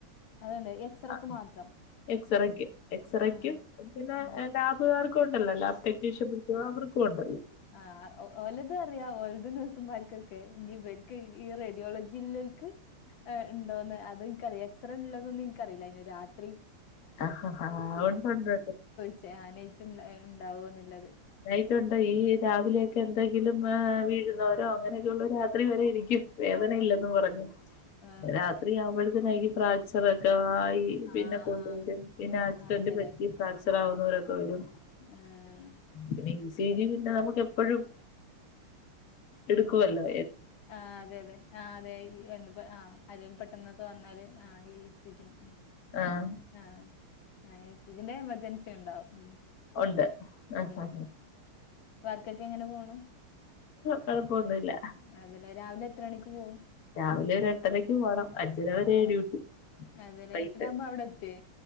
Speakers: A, on the left; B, on the left.
A: അതുണ്ട് എക്സറക്ക്
B: അഹ്എക്സറക്ക്
A: മാത്രം
B: എക്സറക്കും
A: ആ
B: പിന്നെ
A: ഉം
B: ലാബുകാർക്കും ഉണ്ടല്ലോ ലാബ് ടെക്നീഷ്യൻ <unintelligible> അവർക്കും ഉണ്ടല്ലോ
A: ആഹ് ഓലതു അറിയാ ഓലത് നഴ്സുമാർക്കൊക്കെ. ഇനി ഇബെർക്ക് ഈ റേഡിയോളജിലോൽക്ക് ഇണ്ടോന്ന്. അത് ഇൻക്കറിയ <unintelligible> എക്സറെ ഇല്ലതൊന്നു ഇൻക്കറില്ല അയ്ന് രാത്രി
B: അഹ് അഹ് ആഹ് ഉണ്ട് ഉണ്ട്
A: ച്ചെ നൈറ്റ്‌ ഇൻ ഇണ്ടാവോന്ന്ല്ലത്
B: നൈറ്റ്‌ ഉണ്ടോ ഈ രാവിലെ ഒക്കെ എന്തെങ്കിലും വീഴുന്നോരോ അങ്ങനൊക്കെ ഉള്ള രാത്രി വരെ ഇരിക്കും വേദനയില്ലെന്ന് പറഞ്ഞു
A: ആ
B: രാത്രി ആകുമ്പഴത്ത <unintelligible> കഴികും ഫ്രാക്ചർക്കെ ആയി
A: ആ
B: പിന്നെ കൊണ്ടുവരും.
A: ആ
B: പിന്നെ ആക്സിഡന്റ്
A: അതെല്ലേ
B: പറ്റി ഫ്രാക്ചർ ആവുന്നവരൊക്കെ വെരും
A: ഏഹ്
B: പിന്നെ ഈ സി ജി പിന്നെ നമുക്ക് എപ്പഴും ഇടുക്കുവല്ലോ
A: ആഹ് അതെ അതെ ആഹ് അതെ ഈ <unintelligible> പെട്ടെന്നൊക്കെ വന്നാ വന്നാല് ആഹ് <unintelligible>
B: ആഹ്
A: ആഹ് ഞാൻ ചോയ്ച് ഇതിന്റെ എമർജൻസി ഉണ്ടാവും ഉം
B: ഒണ്ട് ആഹ്
A: ഉം
B: ആഹ്
A: വർക്കൊക്കെ എങ്ങനെ പോണു.
B: കുഴപ്പൊന്നുമില്ല
A: രാവിലെ എത്ര മണിക്ക് പോവും
B: രാവിലെ ഒരു എട്ടരക്ക്പോണം. അഞ്ചര വരേ ഡ്യൂട്ടി
A: അതേലെ
B: പൈട്ട്
A: എട്ടരാവുമ്പോ അവിടെ എത്തിയേ